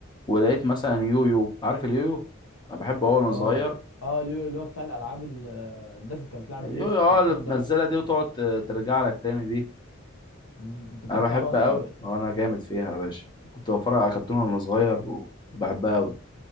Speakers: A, on the left; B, on the left.
A: ولقيت مثلا يويو عارف اليويو انا بحبه أوي وانا
B: اه
A: صغير
B: اه اللي اللي هو بتاع الالعاب ال- آه، الناس اللي كانت بتلعب
A: اليويو
B: بيه في الكرتون
A: اه اللي بتنزلها
B: ده
A: دي وتقعد ت- ترجع لك تاني دي
B: مم، انت بتعرف
A: انا بحب
B: تلعبها اصلا
A: قوي انا جامد فيها يا باشا كنت بتفرج على كرتون وانا صغير وبحبها قوي